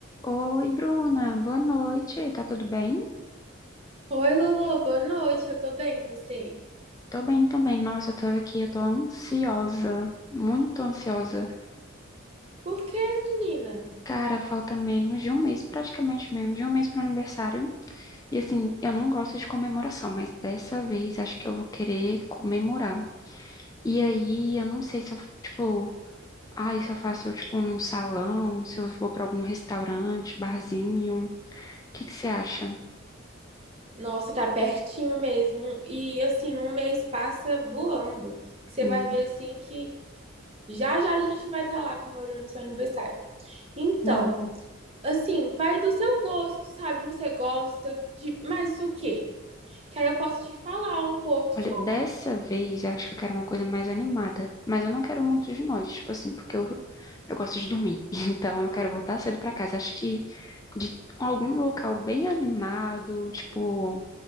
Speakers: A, on the left; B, on the right.
A: Oi, Bruna, boa noite. Tá tudo bem?
B: Oi, Lolo, boa noite. Eu tô bem, e você?
A: Tô bem também. Nossa, eu tô aqui, eu tô ansiosa, muito ansiosa.
B: Por que, menina?
A: Cara, falta menos de um mês, praticamente menos de um mês pro aniversário. E assim, eu não gosto de comemoração, mas dessa vez acho que eu vou querer comemorar. E aí, eu não sei se eu, tipo, ai, se eu faço, tipo, num salão, se eu vou pra algum restaurante, barzinho. O que que você acha?
B: Nossa, tá pertinho mesmo. E assim, um mês passa voando. Você
A: Hum,
B: vai ver assim que já já a gente vai estar lá comemorando seu aniversário. Então,
A: sim.
B: assim, vai do seu gosto, sabe? Você gosta de mais o quê? Que aí eu posso te falar um pouco sobre.
A: Olha, dessa vez eu acho que eu quero uma coisa mais animada, mas eu não quero muito de noite, tipo assim, porque eu, eu gosto de dormir. <laughs> Então eu quero voltar cedo pra casa. Acho que de algum local bem animado, tipo,